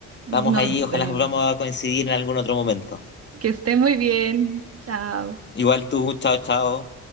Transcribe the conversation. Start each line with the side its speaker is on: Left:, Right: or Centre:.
Right: Nos
Left: Vamos ahí, ojalá
Right: vemos.
Left: volvamos a coincidir en algún otro momento.
Right: Que esté muy bien. Chao.
Left: Igual tú, chao, chao.